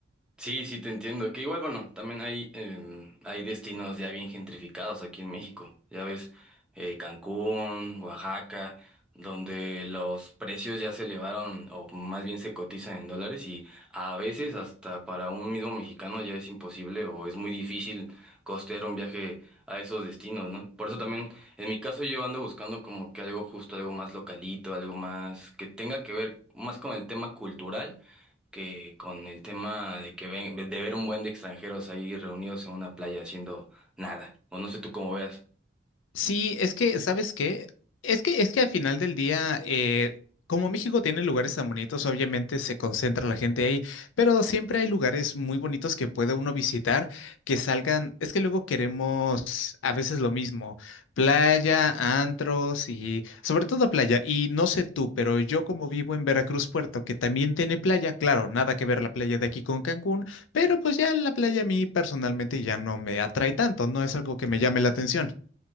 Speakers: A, in the centre; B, on the left.
A: Sí, sí, te entiendo. Que igual, bueno, también hay, em, hay destinos ya bien gentrificados aquí en México. Ya ves, eh, Cancún, Oaxaca, donde los precios ya se elevaron, o más bien se cotizan en dólares, y a veces hasta para un mismo mexicano ya es imposible o es muy difícil costear un viaje a esos destinos, ¿no? Por eso también, en mi caso, yo ando buscando como que algo justo, algo más localito, algo más que tenga que ver más con el tema cultural que con el tema de que ven, de ver un buen de extranjeros ahí reunidos en una playa haciendo nada. O no sé tú cómo veas.
B: Sí, es que, ¿sabes qué? Es que, es que al final del día, eh, como México tiene lugares tan bonitos, obviamente se concentra la gente ahí, pero siempre hay lugares muy bonitos que puede uno visitar que salgan. Es que luego queremos a veces lo mismo, playa, antros y sobre todo playa. Y no sé tú, pero yo como vivo en Veracruz Puerto, que también tiene playa, claro, nada que ver la playa de aquí con Cancún, pero pues ya la playa a mí personalmente ya no me atrae tanto, no es algo que me llame la atención.